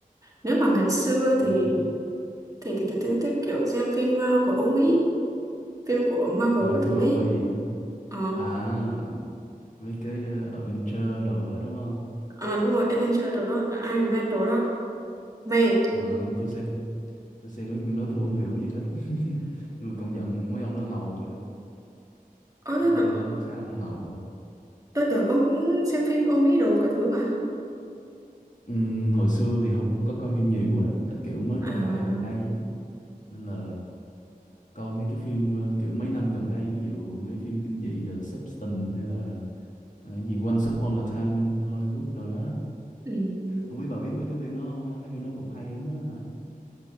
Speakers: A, on the right; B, on the left.
A: nếu mà ngày xưa
B: Ồ.
A: thì thì thì tôi thích kiểu xem phim ờ, của Âu Mỹ phim của Marvel
B: à
A: các
B: phim
A: thứ
B: Âu
A: ấy
B: Mỹ hả
A: ờ
B: à mấy cái ờ, Adventure đồ đó đúng không
A: à, đúng rồi Avenger đồ đó Iron Man đồ đó mẹ
B: Ờ, tôi xem tôi xem mấy phim đó tôi không hiểu gì hết <laughs> nhưng mà công nhận mấy ông đó ngầu kìa
A: ơ
B: mấy
A: thế mà
B: ông đó khá là ngầu á
A: tôi tưởng ông cũng xem phim Âu Mỹ đồ các thứ mà
B: Ừm, hồi xưa thì không, không có coi phim nhiều á tại kiểu mới
A: à
B: coi lại gần đây á nên là coi mấy cái phim ờ, kiểu mấy năm gần đây ví dụ mấy phim kinh dị The Substance hay là ờ, cái gì Once Upon a Time in Hollywood rồi đó
A: ừm,
B: không biết bà biết mấy cái phim đó không ha mấy phim nó cũng hay lắm á